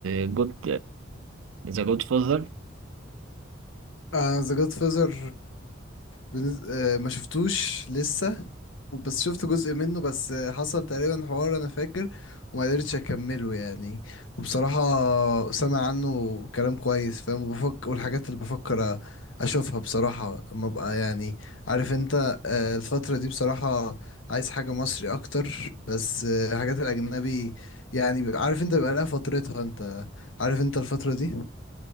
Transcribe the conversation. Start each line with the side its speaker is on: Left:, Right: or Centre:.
Right: جود ذا جود فازر
Left: انا ذا جود فازر بنز... آه، ما شفتوش لسه بس شفت جزء منه بس آه، حصل تقريبا حوار انا فاكر وما قدرتش اكمله يعني وبصراحة سامع عنه كلام كويس فاهم بفكر والحاجات اللي بفكر أ- اشوفها بصراحة لما ابقى يعني عارف انت آه، الفترة دي بصراحة عايز حاجة مصري اكتر بس آه، الحاجات الاجنبي يعني بيبقى- عارف انت بيبقى لها فترتها انت عارف انت الفترة دي